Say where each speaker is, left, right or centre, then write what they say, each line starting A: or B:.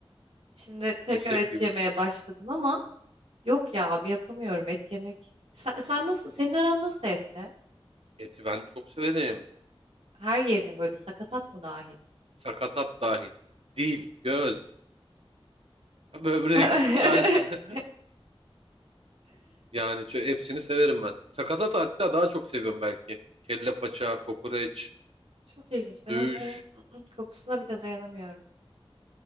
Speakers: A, on the right; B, on the right.
A: şimdi tekrar
B: Mezhep
A: et
B: gibi.
A: yemeye başladım ama yok ya abi yapamıyorum et yemek. Sen, sen nasıl senin aran nasıl etle?
B: Eti ben çok severim.
A: Her yerini böyle sakatat mı dahil?
B: Sakatat dahil. Dil, göz, böbrek,
A: <laughs>
B: kalp. <laughs> Yani çö- hepsini severim ben. Sakatat hatta daha çok seviyorum belki. Kelle paça, kokoreç,
A: Çok ilginç. Ben
B: söğüş.
A: onların ı-ı, kokusuna bile dayanamıyorum.